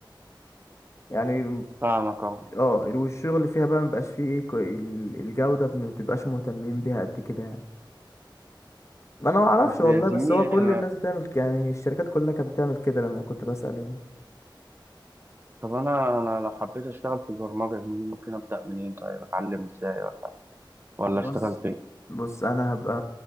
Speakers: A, on the left (about 35°); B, on the right (about 25°).
A: يعني
B: فاهمك اه
A: اه والشغل فيها بقى مبقاش فيه ايه كو- ال- الجودة ما بتبقاش مهتمين بيها قد كده يعني ما انا ما اعرفش
B: طب
A: والله
B: يا زميلي
A: بس هو كل
B: انا
A: الناس بتعمل ك- يعني الشركات كلها كانت بتعمل كده لما كنت بسأل يعني
B: طب انا انا لو حبيت اشتغل في البرمجة يا زميلي ممكن ابدأ منين طيب اتعلم ازاي ولا
A: بص
B: اشتغل فين
A: بص انا هبقى